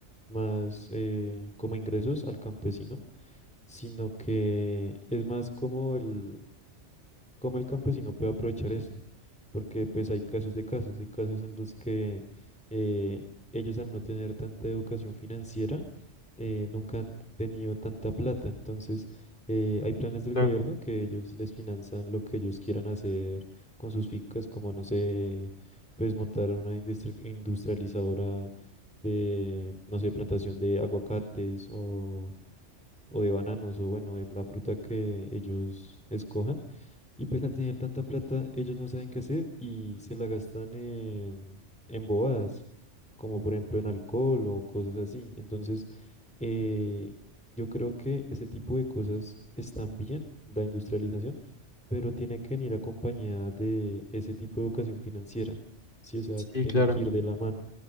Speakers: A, in the centre; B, on the left.
A: más eh, como ingresos al campesino, sino que es más como el cómo el campesino puede aprovechar eso, porque pues hay casos de casos, hay casos en los que eh, ellos al no tener tanta educación financiera, eh, nunca han tenido tanta plata, entonces eh, hay planes del
B: Claro,
A: gobierno que ellos les finanzan lo que ellos quieran hacer con sus fincas, como no sé, pues montar una industri- industrializadora de, no sé, plantación de aguacates o... o de bananos, o bueno, de la fruta que ellos escojan y pues al tener tanta plata, ellos no saben qué hacer y se la gastan en, en bobadas, como por ejemplo en alcohol o cosas así. Entonces, eh, yo creo que ese tipo de cosas están bien, la industrialización, pero tiene que venir acompañada de ese tipo de educación financiera. Sí, o sea,
B: sí,
A: que tienen
B: claro.
A: que ir de la mano.